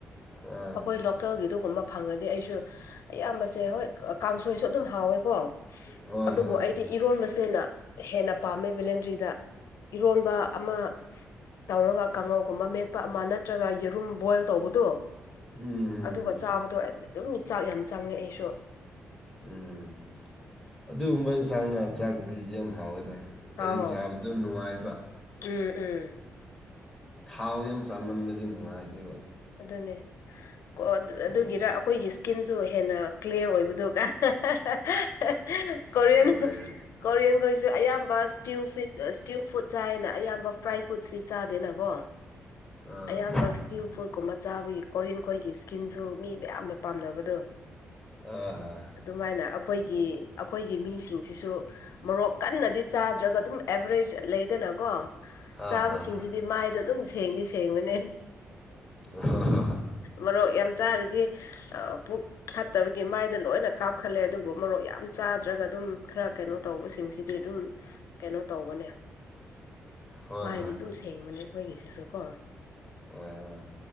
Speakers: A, in the centre; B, on the left (about 70°).
A: ꯑꯥ
B: ꯑꯩꯈꯣꯏ ꯂꯣꯀꯦꯜꯒꯤ ꯑꯗꯨ ꯒꯨꯝꯕ ꯐꯪꯅꯗꯤ ꯑꯩꯁꯨ ꯑꯌꯥꯝꯕꯁꯦ ꯍꯣꯏ ꯀꯥꯡꯁꯣꯏꯁꯨ ꯑꯗꯨꯝ ꯍꯥꯎꯋꯦꯀꯣ
A: ꯍꯣꯏ
B: ꯑꯗꯨꯕꯨ
A: ꯍꯣꯏ
B: ꯑꯩꯗꯤ
A: ꯍꯣꯏ
B: ꯏꯔꯣꯟꯕꯁꯦꯅ ꯍꯦꯟꯅ ꯄꯥꯝꯃꯦ ꯚꯤꯂꯦꯟꯗ꯭ꯔꯤꯗ ꯏꯔꯣꯟꯕ ꯑꯃ ꯇꯧꯔꯒ ꯀꯥꯡꯉꯧꯒꯨꯝꯕ ꯃꯦꯠꯄ ꯑꯃ ꯅꯠꯇ꯭ꯔꯒ ꯌꯦꯔꯨꯝ ꯕꯣꯏꯜ ꯇꯧꯕꯗꯣ꯫
A: ꯎꯝ ꯎꯝ
B: ꯑꯗꯨꯒ ꯆꯥꯕꯗꯣ ꯑꯗꯨꯝ ꯆꯥꯛ ꯌꯥꯝ ꯆꯪꯉꯦ ꯑꯩꯁꯨ꯫
A: ꯎꯝ ꯑꯗꯨꯒꯨꯝꯕ ꯌꯦꯟꯁꯥꯡ ꯉꯥ ꯆꯥꯛꯗꯤ ꯌꯥꯝ ꯍꯥꯎꯋꯦꯗ
B: ꯑꯥꯎ
A: ꯍꯥꯏꯗꯤ ꯆꯥꯕꯗꯨ ꯅꯨꯡꯉꯥꯏꯕ
B: ꯎꯝ ꯎꯝ
A: ꯊꯥꯎ ꯌꯥꯝ ꯆꯥꯃꯟꯕꯗꯤ ꯅꯨꯡꯉꯥꯏꯇꯦꯕ
B: ꯑꯗꯨꯅꯦ ꯀꯣ
A: ꯑꯗꯨ
B: ꯑꯗꯨꯒꯤꯔ ꯑꯩꯈꯣꯏꯒꯤ ꯁ꯭ꯀꯤꯟꯁꯨ ꯍꯦꯟꯅ ꯀ꯭ꯂꯤꯌꯥꯔ ꯑꯣꯏꯕꯗꯨꯒ <unintelligible> ꯀ‌ꯣꯔꯤꯌꯟ
A: ꯑꯗꯨ ꯑꯣꯏ
B: ꯀꯣꯔꯤꯌꯟꯈꯩꯁꯨ ꯑꯌꯥꯝꯕ ꯏꯁꯇꯤꯌꯨ ꯐꯨꯗ ꯏꯁꯇꯤꯌꯨ ꯐꯨꯗ ꯆꯥꯏꯌꯦꯅ ꯑꯌꯥꯝꯕ ꯐ꯭ꯔꯥꯏ ꯐꯨꯗꯁꯤ ꯆꯥꯗꯦꯅꯀꯣ
A: ꯑꯥ
B: ꯑꯌꯥꯝꯕ ꯏꯁ꯭ꯇ꯭ꯌꯨ ꯐꯨꯗ ꯀꯨꯝꯕ ꯆꯥꯕꯒꯤ ꯀꯣꯔꯤꯌꯟ ꯈꯣꯏꯒꯤ ꯏꯁꯀꯤꯟꯁꯨ ꯃꯤ ꯃꯌꯥꯝꯅ ꯄꯥꯝꯅꯕꯗꯣ <inaudible>
A: ꯑꯥ
B: ꯑꯗꯨꯃꯥꯏꯅ ꯑꯩꯈꯣꯏꯒꯤ ꯑꯩꯈꯣꯏꯒꯤ ꯃꯤꯁꯤꯡꯁꯤꯁꯨ ꯃꯣꯔꯣꯛ ꯀꯟꯅꯗꯤ ꯆꯥꯗ꯭ꯔꯒ ꯑꯗꯨꯝ ꯑꯦꯚ꯭ꯔꯦꯖ ꯂꯩꯗꯅꯀꯣ
A: ꯍꯥ
B: ꯆꯥꯕꯁꯤꯡꯁꯤꯗꯤ
A: ꯍꯥ ꯍꯥ
B: ꯃꯥꯏꯗ‌ꯣ ꯑꯗꯨꯝ ꯁꯦꯡꯗꯤ ꯁꯦꯡꯕꯅꯦ
A: ꯍꯣꯏ ꯍꯣꯏ ꯍꯣꯏ
B: ꯃꯔꯣꯛ ꯌꯥꯝ ꯆꯥꯔꯗꯤ ꯄꯨꯛ ꯐꯠꯇꯕꯒꯤ ꯃꯥꯏꯗ ꯂꯣꯏꯅ ꯀꯥꯞꯈꯠꯂꯦ ꯑꯗꯨꯕꯨ ꯃꯨꯔꯣꯛ ꯌꯥꯝ ꯆꯥꯗ꯭ꯔꯒ ꯑꯗꯨꯝ ꯈꯔ ꯀꯩꯅꯣ ꯇꯧꯕꯁꯤꯡꯁꯤ ꯗꯤ ꯑꯗꯨꯝ ꯀꯩꯅꯣ ꯇꯧꯕꯅꯦ
A: ꯍꯣꯏ
B: ꯃꯥꯏꯗꯤ
A: ꯍꯣꯏ
B: ꯑꯗꯨꯝ ꯁꯦꯡꯕꯅꯦ ꯑꯩꯈꯣꯏꯒꯤꯁꯤꯁꯨ ꯀꯣ
A: ꯍꯣꯏ ꯍꯣꯏ꯫